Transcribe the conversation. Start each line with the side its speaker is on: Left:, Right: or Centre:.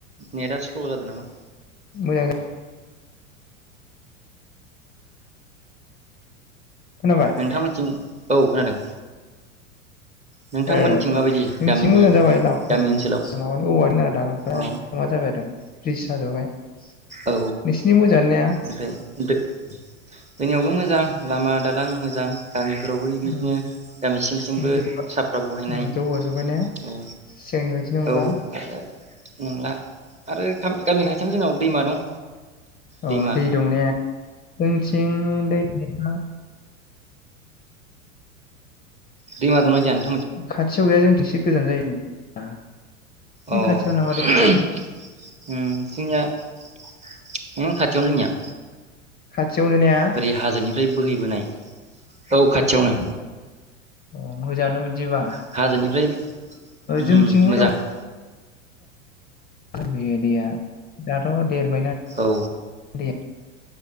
Right: नेटा स्ल' जादों नामा?
Left: मोजां जादों खोनाबाय
Right: नोंथांमोन्निथिं औ खोनादों नोंथांमोनथिं
Left: ओ जोंनिथिं
Right: माबायदि गामिनि
Left: मोजां जाबाय लामाफोरा
Right: गामि
Left: ओरैनो
Right: ओनसोलाव
Left: माबानि औवानि दालां फोरा
Right: अ
Left: <unintelligible> ब्रिज जाजोबबाय नोंसिनिथिं
Right: औ
Left: मोजांङानो
Right: ओमफ्राय दो जोंनियावबो मोजां लामा दालां मोजां गामिफोरावबो बिदिनो
Left: उम
Right: गामि सिं सिंबो
Left: उम जौगा
Right: साफ्रा बहायनाय
Left: उम जौगाजोब्बाय ने
Right: औ
Left: सिगांनि बायदि नंला
Right: औ आरो नंला आरो गामि गामि खाथिनो जोंनाव दैमा दं।
Left: अ
Right: दैमा
Left: दै दं ने जोंथिं दै गैया।
Right: दैमा दंना गैया नों
Left: खाथियाव गैया जोंनिथिं एसे गोजान जायो। <unintelligible>
Right: अ ओम
Left: खाथियाव नामा दैमाया
Right: जोंनिया ओम खाथियावनो जोंनिया।
Left: खाथियावनो ने अ
Right: ओरै हाजोनिफ्राय बोहैबोनाय, औ खाथियावनो
Left: अ मोजाङानो बिदिबा
Right: हा-हाजोनिफ्राय ओम
Left: जोंथिंबो
Right: ओम मोजां
Left: दङ
Right: अ।
Left: बे दैया दाथ' देरबायना
Right: औ
Left: दैया